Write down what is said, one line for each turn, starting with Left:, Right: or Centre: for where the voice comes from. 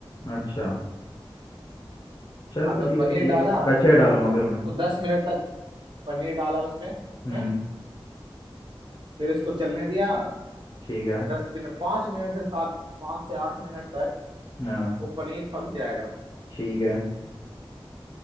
Left: अच्छा चल
Right: हाँ
Left: फिर
Right: तो
Left: ये
Right: पनीर
Left: ये
Right: डाला
Left: कच्चा ही डालूंगा फिर
Right: उसको
Left: मैं
Right: दस मिनट तक पनीर डाला उसके उसमें
Left: हम्म
Right: फिर इसको चलने दिया
Left: ठीक है
Right: दस मिनट पाँच मिनट से सात पाँच से आठ मिनट तक
Left: हाँ
Right: वो पनीर पक जाएगा
Left: ठीक है